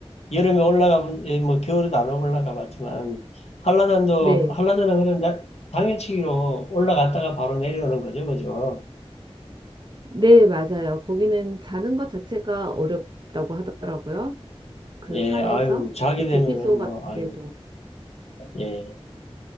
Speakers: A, on the left (about 80°); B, on the right (about 45°).
A: 여름에 올라가면 예, 뭐 겨울에도 안 올라가 봤지만 한라산도
B: 네.
A: 한라산은 그냥 나- 당일치기로 올라갔다가 바로 내려오는 거죠, 그죠?
B: 네, 맞아요. 거기는 자는 것 자체가 어렵다고 하더라고요. 그
A: 예,
B: 산에서.
A: 아유 자게
B: 네,
A: 되면은
B: 대피소
A: 뭐
B: 같은데도.
A: 아유 예